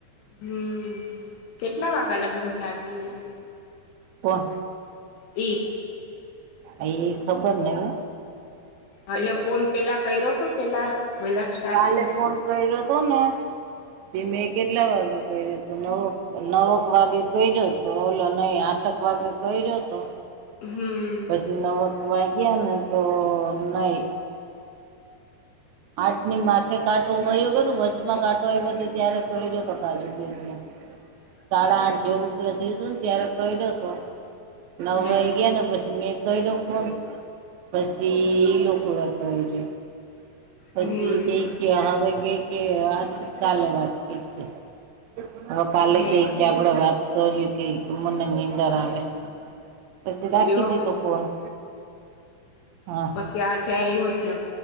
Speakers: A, on the left (about 75°); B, on the right (about 75°).
A: હમ્મ કેટલા વાગ્યા લગીને આજ બી નો?
B: તો.
A: ઈ.
B: આ એ ખબર નહીં હો.
A: એટલે ફોન પેલા કર્યો પેલા પેલા સ્ટાર્ટિંગ
B: કાલે
A: મા.
B: ફોન કર્યો તો ને તે મેં કેટલા વાગે કર્યો હતો નવો. નવક વાગે કર્યો હતો ઓલો નહી આઠક વાગે કર્યો હતો.
A: હમ્મ.
B: પછી નવક વાગ્યા ને તો નઈ. આટ ની માથે કાટો વયો ગયો કે વચમાં કાટ એ બધા ત્યારે ક્યો તો કાજુ બેન ને
A: <inaudible>
B: સાડા આઠ જેવું ક હતું ને ત્યારે કર્યો તો નવ
A: હે
B: વાઈ ગા ને પછી મેં કયરો ફોન પછી એ લોકો કર્યું. પછી
A: હમ
B: કઈ કે હવે કઈ કે આ કાલે વાત કે હવે કાલે
A: હે
B: કે કે આપડે વાત કરી્યું કે મને નીંદણ આવેશ પછી રાખી
A: લ્યો
B: દીધું ફોન હા.
A: એ આજે આયવો જ નો